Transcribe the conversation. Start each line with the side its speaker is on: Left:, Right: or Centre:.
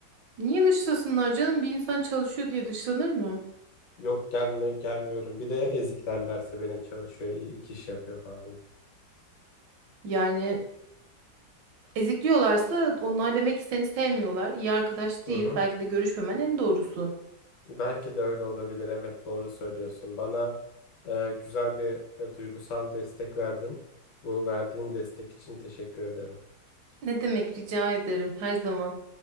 Right: Niye dışlasınlar canım? Bir insan çalışıyor diye dışlanır mı?
Left: Yok gelme gelmiyorum. Bir de ezik derlerse beni çalışıyor, i- iki iş yapıyor falan diye.
Right: Yani ezikliyorlarsa onlar demek ki seni sevmiyorlar. İyi arkadaş
Left: Hı
Right: değil.
Left: hı.
Right: Belki de görüşmemen en doğrusu.
Left: Belki de öyle olabilir. Evet doğru söylüyorsun. Bana e, güzel bir e, duygusal destek verdin. Bu verdiğin destek için teşekkür ederim.
Right: Ne demek rica ederim her zaman.